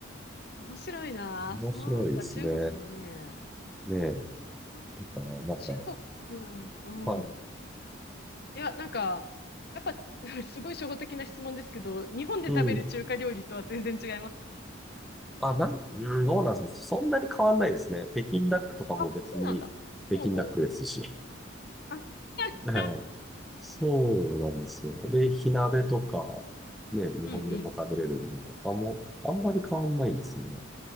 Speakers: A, on the left; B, in the centre.
A: あ、面白いな。
B: 面白いですね。
A: そうか、中国もね。
B: ね
A: そう
B: だから、なんか、
A: 中国、うん。
B: はい。
A: いや、なんか、やっぱ、<laughs> すごい初歩的な質問ですけど、日本で食べる中華料理とは全然違います。
B: うん。あ、なん、うん、どうなんですかそんなに変わんないですね。北京ダックとかも別に北京ダックですし。
A: あ、そうなんだ。ほうほう。あ、<laughs>
B: <laughs> はいそうなんですよ。で、火鍋とか、ね、日本でも食べれるのとかも、
A: うんうん。
B: あんまり変わんないんですね。